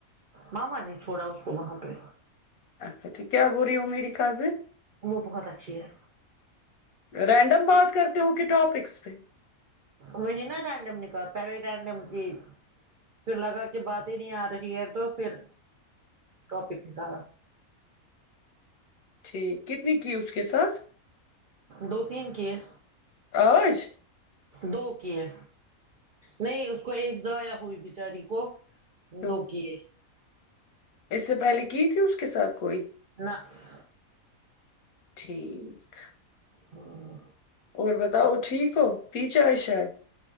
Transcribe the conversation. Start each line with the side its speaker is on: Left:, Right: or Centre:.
Right: ماما نے چھوڑا اس کو وہاں پہ
Left: اچھا ٹھیک ھیک کیا بول رہی ہوں میری کزن
Right: وہ بہت اچھی ہے
Left: رینڈم بات کرتے ہو کہ ٹاپکس پہ
Right: وہی نا رینڈم نکا پہلے رینڈم کی پھر لگا کہ باتیں نہیں آ رہی ہے تو پھر ٹاپک نکالا
Left: ٹھیک کتنی کی اس کے ساتھ
Right: دو تین کی ہے
Left: آج
Right: دو کی ہے نہیں اس کو ایک ضایا ہوئی بچاری کو
Left: کیوں
Right: دو کیے
Left: اس سے پہلے کی تھی اس کے ساتھ کوئی
Right: نہیں
Left: ٹھیک
Right: ہاں
Left: اور بتاؤ ٹھیک ہو پی چائے شایے